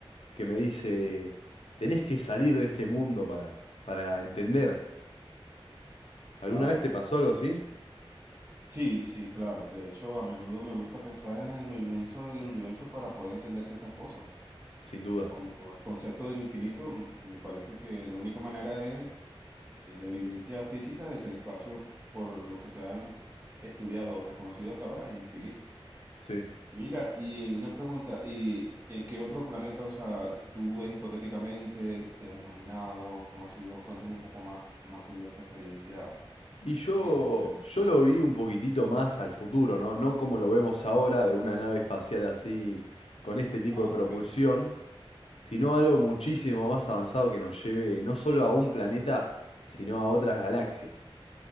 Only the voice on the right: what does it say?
sí.
Wow.
Sí, sí, claro. De hecho, a menudo me gusta pensar en lo inmenso del universo para poder entender ciertas cosas.
Como el concepto del infinito, mm, me parece que la única manera es eh, la evidencia física de que el espacio, por lo que se ha estudiado o reconocido hasta ahora, es infinito.
Mira, y una pregunta, ¿y eh, qué otro planeta, o sea, tú ves hipotéticamente, te has imaginado, cómo ha sido? Cuéntame un poco más, cómo ha sido esa experiencia
imaginaria.
Ah,
ok,